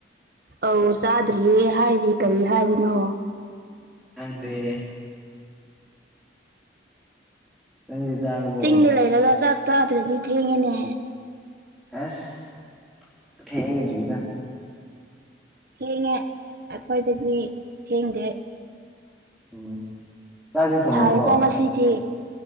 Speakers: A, on the right; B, in the centre.
A: ꯑꯧ ꯆꯥꯗ꯭ꯔꯤꯌꯦ ꯍꯥꯏꯔꯤꯗꯤ ꯀꯔꯤ ꯍꯥꯏꯕꯅꯣ
B: ꯈꯪꯗꯦ ꯅꯪꯗꯤ ꯆꯥꯔꯕꯣ
A: ꯆꯤꯡꯗ ꯂꯩꯔꯒ ꯆꯥꯛ ꯆꯥꯗ꯭ꯔꯗꯤ ꯊꯦꯡꯉꯦꯅꯦ
B: ꯑꯁ ꯊꯦꯡ ꯗꯔꯤꯗ
A: ꯊꯦꯡꯉꯦ ꯑꯩꯈꯣꯏꯗꯗꯤ ꯊꯦꯡꯗꯦ
B: ꯎꯝ ꯆꯥꯛꯇꯤ ꯊꯣꯡꯉꯕꯣ
A: ꯁꯥꯔꯦꯀꯣ ꯉꯁꯤꯗꯤ